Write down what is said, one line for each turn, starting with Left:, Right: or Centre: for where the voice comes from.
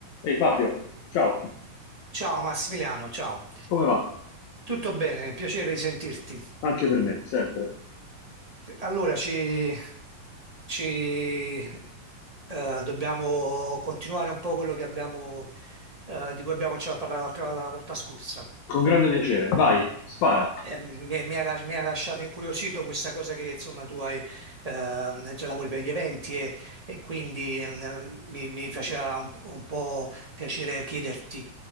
Left: Ehi Fabio, ciao,
Right: Ciao Massimiliano, ciao.
Left: come va?
Right: Tutto bene, piacere di sentirti.
Left: Anche per me, sempre.
Right: Allora, ci, ci, eh, dobbiamo continuare un po' quello che abbiamo, eh, di cui abbiamo cominciato a parlare l'altra la volta scorsa.
Left: Con grande piacere, vai, spara.
Right: Eh, mi, mi- mi ha, las- mi ha lasciato incuriosito questa cosa che insomma tu hai, ehm, già lavori per gli eventi e, e quindi ehm, mi, mi faceva un, un po' piacere chiederti